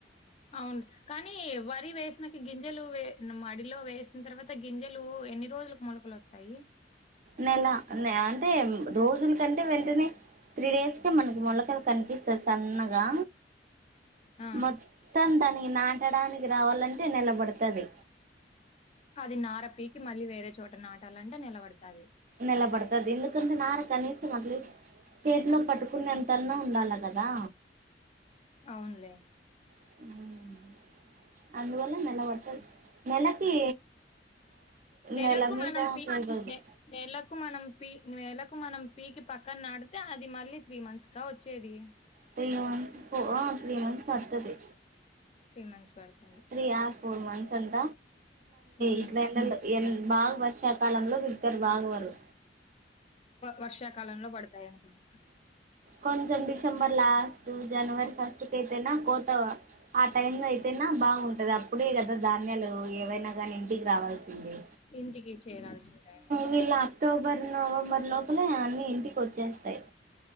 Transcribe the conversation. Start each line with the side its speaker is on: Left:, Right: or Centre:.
Left: అవును కానీ వరి వేసినకా గింజలు మడిలో వేసిన తర్వాత గింజలు ఎన్ని రోజులు మొలకలు వస్తాయి
Right: నెలా అంటే రోజులకంటే వెంటనే త్రీ డేస్ కి మనకి మొలకలు కనిపిస్తాయి సన్నగా
Left: ఆ!
Right: మొత్తం దానికి నాటడానికి రావాలంటే నెలబడుతది
Left: అది నార పీకి మళ్ళీ వేరే చోట నాటాలంటే నెలబడతాది
Right: నల్లబడతారు. ఎందుకంటే నార కనీసం అది చేతిలో పట్టుకునే అంతన్నా ఉండాలా కదా.
Left: అవునులే
Right: మ్ అందువల్ల నెల పడుతాది. నెలకి
Left: నెలకు
Right: నెల మీద
Left: మనం పీ
Right: పది రోజులు.
Left: నె నెలకు మనం నెలకు మనం పీకి పక్కన నాటితే అది మళ్ళీ త్రీ మంత్స్ గా వచ్చేది.
Right: త్రీ మంత్స్, త్రీ మంత్స్ పడుతాది.
Left: త్రీ మంత్స్ పడుతాది.
Right: త్రీ ఆర్ ఫోర్ మంత్స్ అంట,
Left: హ్మ్
Right: ఇట్లా ఎండలు బాగా వర్షాలు పడితే సకాలంలో పిలుత్తారు బావగారు.
Left: వర్షాకాలంలో పడతాయి అనుకుంటా.
Right: కొంచెం డిసెంబర్ లో లాస్ట్ జనవరి ఫస్ట్ ఎటైనా పోతావా? ఆ టైమ్ లో అయితేనా బాగుంటాది. అప్పుడే కదా ధాన్యాలు ఏవైనా కాని ఇంటికి రావాల్సింది.
Left: ఇంటికి చేరాల్సిన టైమో
Right: వీళ్ళు
Left: అదా
Right: అక్టోబర్, నవంబర్ లోపలే అన్నీ ఇంటికి వచ్చేస్తాయి.